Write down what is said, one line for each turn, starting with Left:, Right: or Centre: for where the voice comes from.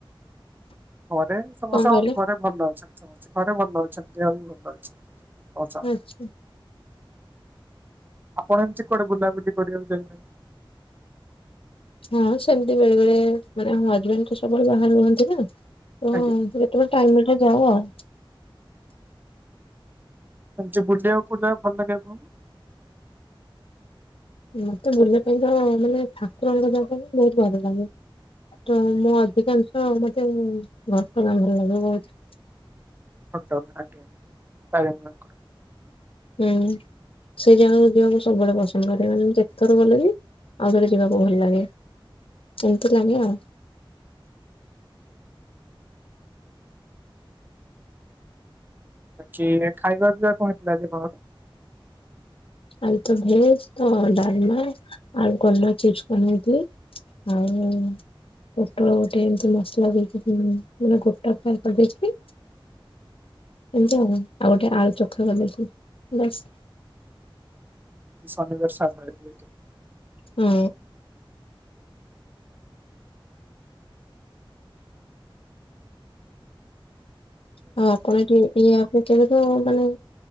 Right: ଘରେ ସମସ୍ତେ
Left: କଣ କହିଲେ?
Right: ଘରେ ଭଲ ଅଛନ୍ତି ସମସ୍ତେ ଘରେ ଭଲ ଅଛନ୍ତି ଦେହ ବି ଭଲ ଅଛି। ହଚ୍ଛା
Left: ଆଚ୍ଛା
Right: ଆପଣ ଏମିତି କୁଆଡେ଼ ବୁଲାବୁଲି କରିବାକୁ ଯାଇନାହାନ୍ତି।
Left: ହଁ ସେମିତି ବେଳେ ବେଳେ ମାନେ ମୋ ହଜବେଣ୍ଡ ତ ସବୁବେଳେ ବାହାରେ ରୁହନ୍ତି ନା ତ
Right: ଆଜ୍ଞା।
Left: <unintelligible> <unintelligible> ଯାଉ ଆଉ।
Right: ସେମିତି ବୁଲିବାକୁ କୋଉ ଜାଗା ଭଲ ଲାଗେ ପୁଣି?
Left: ମତେ ବୁଲିବା ପାଇଁ ତ ମାନେ ଠାକୁରଙ୍କ ଯାଗା ବହୁତ ଭଲ ଲାଗେ। ତ ମୁଁ ଅଧିକାଂଶ ମତେ ଘଟ ଗାଁ ଭଲ <unintelligible>
Right: ଘଟ ଆଜ୍ଞା ତାରେଣି ମା ଙ୍କର।
Left: ହୁଁ ସେଇ ଜାଗାକୁ ଯିବାକୁ ସବୁବେଳେ ପସନ୍ଦ କରେ ମାନେ ମୁଁ ଯେତେଥର ଗଲିଣି ଆଉଥରେ ଯିବାକୁ ଭଲ ଲାଗେ ଏମତି ଲାଗେ ଆଉ।
Right: ଆ କି ଖାଇବା ପିଇବା କଣ ହେଇଥିଲା କି ତମର?
Left: ଆଜି ତ ଭେଜ ତ ଡାଲମା ଆଉ କଲରା ଚିପ୍ସି ବନେଇଥିଲି। ଆଉ ପୋଟୋଳ ଗୋଟେ ଏମିତି ମସଲା ଦେଇକି ମାନେ ଗୋଟା ଫ୍ରାଏ କରିଦେଇଥିଲି। ଏମିତି ଆଉ ଆଉ ଗୋଟେ ଆଳୁ ଚୋଖା କରିଦେଇଥିଲି ବସ୍।
Right: ଶନିବାର ସାଧା ହେଇଥିବ କି?
Left: ହୁଁ। ଆଉ ଆପଣ ଏଠି ଇଏ ଆପ୍ ରେ କେବେଠୁ ମାନେ